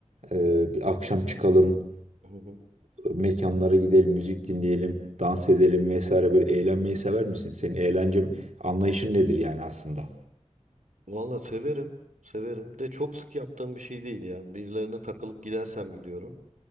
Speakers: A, on the right (about 70°); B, on the right (about 85°).
A: e, bir akşam çıkalım
B: hı hı.
A: mekanlara gidelim, müzik dinleyelim, dans edelim vesaire böyle eğlenmeyi sever misin? Senin eğlence anlayışın nedir yani aslında?
B: Valla severim. Severim. De çok sık yaptığım bir şey değil ya. Birilerine takılıp gidersem gidiyorum.